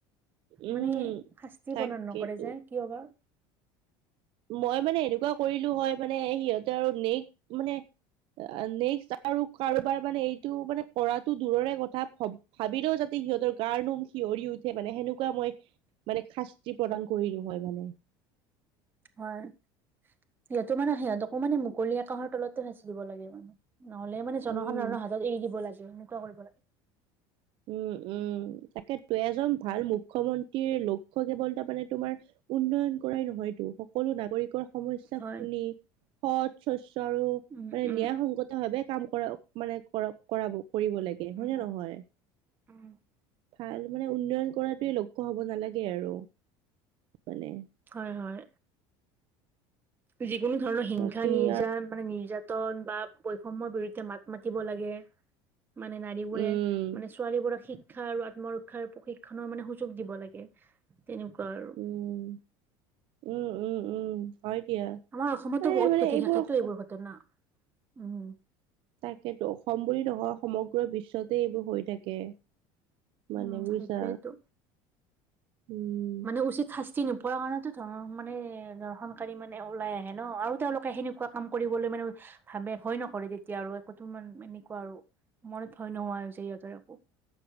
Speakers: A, on the right; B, on the right.
A: উম
B: মানে শাস্তি
A: তাকেতো
B: বদন নকৰে যে কিয় বাাৰ
A: মই মানে এনেকুৱা কৰিলো হয় মানে সিহঁতে আৰু নেক্স মানে নেক্স আৰু কাৰোবাৰ মানে এইটো মানে কৰাটো দূৰৰে কথা ভব ভাবিলেও যাতে সিহঁতৰ গাৰ নোম শিঞঁৰি উঠে মানে সেনেকুৱা মই মানে শাস্তি প্ৰদান কৰিলো হয় মানে
B: হয় সিহঁতো মানে সিহঁত অকৌ মানে মুকলি আকাশৰ তল ভচি দিব লাগে মানে নহলে মানে জনসাধাৰণৰ
A: উম
B: হাতত এৰি দিব লাগে এনেকুৱা কৰিব লাগে
A: উম উম তাকে ত এজন ভাল মুখ মুখ্যমন্ত্ৰীৰ লক্ষ্য় কেৱল তাৰ মানে তোমাৰ উন্নয়ন কৰাই নহয়তো সকলো নাগৰিকৰ সমস্া
B: হয়
A: শুনি সৎ শচ্ছ আৰু
B: উম
A: মানে
B: উম
A: ন্ায় সংগত ভাৱে কাম কৰ মানে কৰা কৰিব লাগে হয়
B: উ
A: নে নহয়
B: অম
A: ভাল মানে উন্নয়ন কৰাটোৱে লক্ষ্্য হব নালাগে আৰু মানে
B: হয় হয় যিকোনো ধৰণৰ হিংসা
A: বাকী
B: নি মানে নিৰ্যাতন বা বৈষম্য়ৰ বিৰুদ্ধে মাত মাতি দিব লাগে মানে নাৰীবোৰে
A: উম
B: মানে ছোৱালী বোৰক শিক্ষা আৰু আত্মৰক্ষাৰ প্ৰশিক্ষনৰৰ মানে সুযোগ দিব লাগে তেনেকুৱা আৰু
A: উম উম উম উম হয় দিয়া
B: আমাৰ অসমতো
A: মানে
B: বহুত
A: মানে
B: ঘটি থাকেতো
A: অস-
B: এইবোৰ ঘটনা উম
A: তাকেতো অসম বুলি নকয় সমগ্ৰ বিশ্বতে এইবোৰ হৈ থাকে মানে
B: উম,
A: উইছা
B: সেইটোয়েতো।
A: উম
B: মানে উচিত শাস্তি নোপোৱাৰ কাৰণেতো ধৰ মানে দ ধৰ্শনকাৰী মানে ওলাই আহে ন আৰু তেওঁলোকে সেনেকুৱা এনেকুৱা কাম কৰিবলৈ মানে ভাবে ভয় নকৰে তেতিয়া আৰু একোোান এনেকুৱা আৰু মনত ভয় নোহোৱাাই যে ইহঁতৰ একো